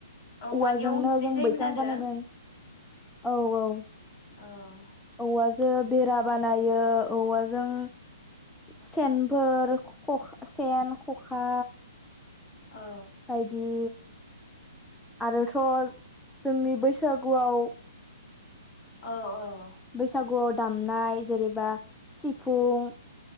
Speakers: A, on the left; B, in the centre.
A: औवानियाव
B: औवाजोंनो
A: उन्दुनाय
B: जों
A: जायोमोन
B: बैसां
A: आरो
B: बानायोमोन। औ औ
A: औ
B: औवाजों बेरा बानायो औवाजों सेनफोर सेन खखा
A: औ
B: बायदि आरोथ जोंनि बैसागुआव
A: औ औ
B: बैसागुआव दामनाय जेरेबा सिफुं